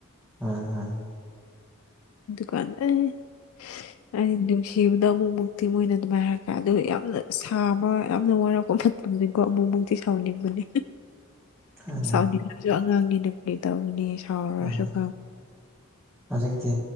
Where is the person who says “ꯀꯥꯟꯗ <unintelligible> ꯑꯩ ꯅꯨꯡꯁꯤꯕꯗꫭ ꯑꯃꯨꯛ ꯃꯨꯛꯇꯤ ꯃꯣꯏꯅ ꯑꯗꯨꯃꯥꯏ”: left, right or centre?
Left